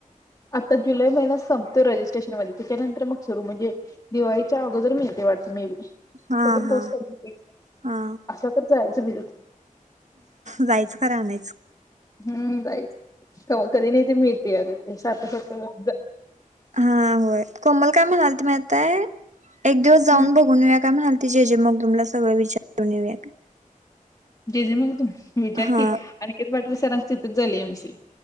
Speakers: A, on the left; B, on the right.
A: आता जुलै महिन्यात संपतो रजिस्ट्रेशनमध्ये त्याच्यानंतर मग सुरू म्हणजे दिवाळीच्या अगोदर मिळतंय वाटतं मे बी.
B: हा
A: तोपर्यंत पाऊस
B: हा
A: पडतोय की
B: हा
A: अशातच जायाचं भिजत
B: जायचं खरं आणायचं.
A: हम्म जायचं कव्हातरी नाही ते मिळतंय अगं ते सारखं सारखं जा
B: हां होय कोमल काय म्हणालती माहिती हाय एक दिवस जाऊन
A: हम्म
B: बघून येऊया काय म्हणाल ती जेजे मगदूम ला सगळं विचारून येऊया काय.
A: जेजे मगदूम विचार
B: हा
A: की अनिकेत पाटील सरांचं तिथेच झालंय एमसीए